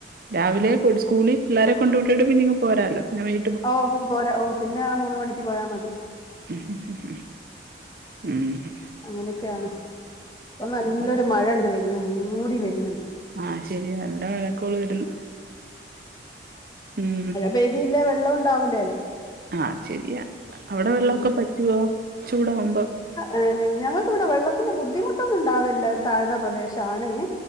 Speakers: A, on the right; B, on the left.
A: രാവിലെ സ്കൂളി പിള്ളേരെ കൊണ്ട് വിട്ടീട്ട് പിന്നിങ്ങ് പോരാല്ലോ പിന്നെ വൈ
B: ഓഹോ പോരാ ഓഹ് പിന്നെ ആ മൂന്ന് മണിക്ക് പോയാ മതി
A: ഹു ഹു ഹു ഹു ഉം ഹ്
B: അങ്ങനെയൊക്കെയാണ് ഇപ്പൊ നല്ലൊരു
A: അ-
B: മഴ ഇണ്ട് വെര്ന്ന് മൂടി വെര്ന്ന്ണ്ട്
A: ആഹ് ശെരി നല്ല മഴക്കോള് വെര്ന്ന് ഉം
B: പേദിയില്ലേ വെള്ളം ഉണ്ടാവൂലെലോ
A: ആഹ് അത്ശെരിയാ അവിടെ വെള്ളവൊക്കെ
B: ഉം
A: പറ്റുവോ ചൂടാവുമ്പോ?
B: ഏഹ് ഞങ് ഞങ്ങൾക്ക്വ്ടെ വെള്ളത്തിന്റെ ബുദ്ധിമുട്ടൊന്നും ഉണ്ടാവലില്ല താഴ്ന്ന പ്രദേശാണ്